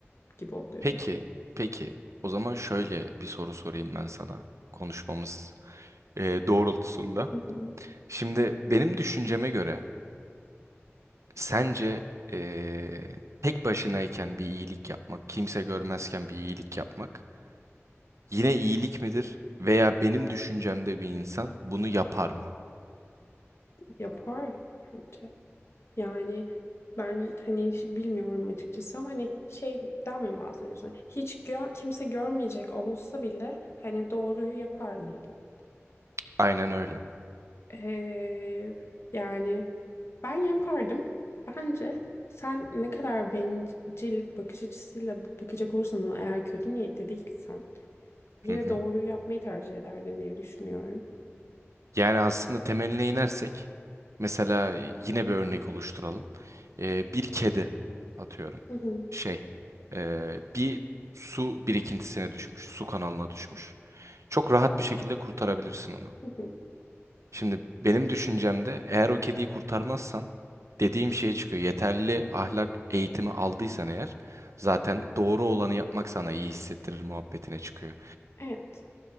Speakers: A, on the left; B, on the right.
A: gibi oluyor.
B: Peki, peki. O zaman şöyle bir soru sorayım ben sana konuşmamız e, doğrultusunda.
A: Hı hı.
B: Şimdi benim düşünceme göre sence e, tek başınayken bir iyilik yapmak, kimse görmezken bir iyilik yapmak yine iyilik midir? Veya benim düşüncemde bir insan bunu yapar mı?
A: Yapar bence. Yani ben hani hiç bilmiyorum açıkçası ama hani şeyden mi bahsediyorsun? Hiç gör, kimse görmeyecek olsa bile hani doğruyu yapar mıydım?
B: Aynen öyle.
A: Ee, yani ben yapardım. Bence sen ne kadar bencil bakış açısıyla bakacak olursan o eğer kötü niyetli değilsen yine
B: Hı hı.
A: doğruyu yapmayı tercih ederdin diye düşünüyorum.
B: Yani aslında temeline inersek, mesela yine bir örnek oluşturalım. Ee, bir kedi atıyorum.
A: Hı hı,
B: Şey, ee, bir su birikintisine düşmüş, su kanalına düşmüş. Çok rahat bir şekilde kurtarabilirsin onu.
A: hı hı.
B: Şimdi benim düşüncemde eğer o kediyi kurtarmazsan dediğim şeye çıkıyor. Yeterli ahlak eğitimi aldıysan eğer zaten doğru olanı yapmak sana iyi hissettirir muhabbetine çıkıyor.
A: Evet.